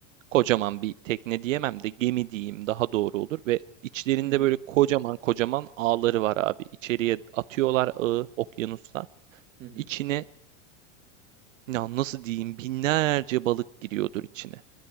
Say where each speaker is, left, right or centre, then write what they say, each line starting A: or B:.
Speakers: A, on the right; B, on the right.
A: kocaman bir tekne diyemem de gemi diyeyim daha doğru olur ve içlerinde
B: Hı hı.
A: böyle kocaman kocaman ağları var abi. İçeriye atıyorlar ağı okyanusta.
B: Hı hı.
A: İçine ya nasıl diyeyim binlerce balık giriyordur içine.